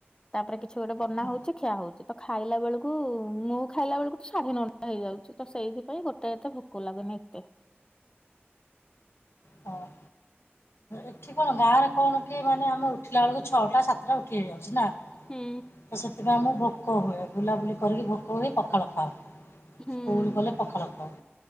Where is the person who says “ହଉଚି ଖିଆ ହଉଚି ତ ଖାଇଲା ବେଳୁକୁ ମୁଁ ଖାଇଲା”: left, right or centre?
Left